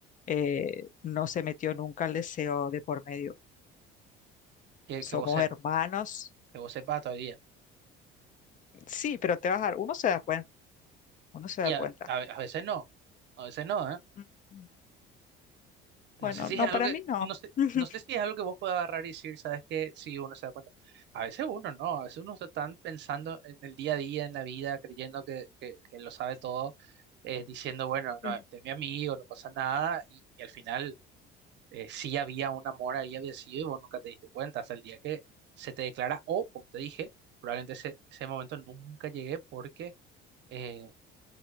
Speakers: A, on the left (about 40°); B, on the right (about 60°).
A: eh, no se metió nunca el deseo de por medio.
B: que,
A: Somos
B: que vos sepas,
A: hermanos,
B: que vos sepas todavía.
A: sí, pero te vas a dar, uno se da cuenta, uno se
B: Y
A: da
B: a,
A: cuenta.
B: a, a veces no, a veces no, ¿eh?
A: Mm,
B: No
A: Bueno,
B: sé si
A: no,
B: es algo
A: para
B: que,
A: mí no.
B: no sé,
A: <laughs>
B: no sé si es algo que vos puedas agarrar y decir, ¿sabes qué? Si uno se da cuenta. A veces uno no, a veces uno está tan pensando en el día a día, en la vida, creyendo que, que, que lo sabe todo, eh, diciendo, bueno, no,
A: Sí.
B: este es mi amigo, no pasa nada, y, y al final eh, sí había un amor ahí, había sido, y vos nunca te diste cuenta hasta el día que se te declara, o, como te dije, probablemente ese, ese momento nunca llegué porque eh,